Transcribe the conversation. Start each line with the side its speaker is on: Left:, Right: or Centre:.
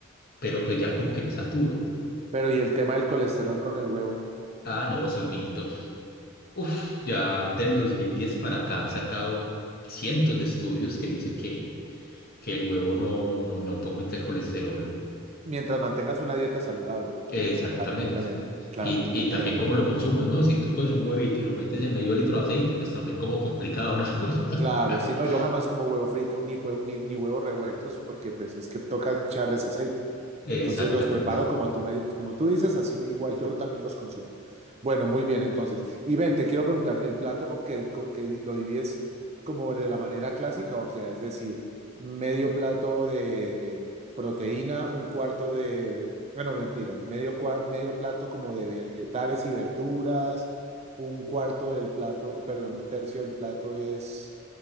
Left: pero pues ya como que me saturo.
Right: Pero ¿y el tema del colesterol con el huevo?
Left: Ah, no, eso es mito. Uf, ya del 2010 para acá han sacado cientos de estudios que dicen que, que el huevo no, no, no te aumenta el colesterol.
Right: Mientras mantengas una dieta saludable, ¿no?
Left: Exactamente.
Right: Claro, obviamente. Claro.
Left: Y, y también
Right: Bien.
Left: cómo lo consumas, ¿no? Si tú coges un huevito y lo metes en medio litro de aceite, pues también como complicado, ¿no?
Right: Claro,
Left: <laughs>
Right: si no, yo jamás como huevo frito, ni huevo, ni, ni huevos revueltos, porque pues es que toca echarles aceite.
Left: Exactamente.
Right: Entonces los preparo como tú, me, como tú dices, así me, igual yo también los consumo. Bueno, muy bien, entonces. Y ven, te quiero preguntar, ¿el plato que, que lo divides como de la manera clásica? O sea, es decir, medio plato de proteína, un cuarto de... Ah, no, mentiras, medio, cua- medio plato como de vegetales y verduras, un cuarto del plato, perdón, un tercio del plato es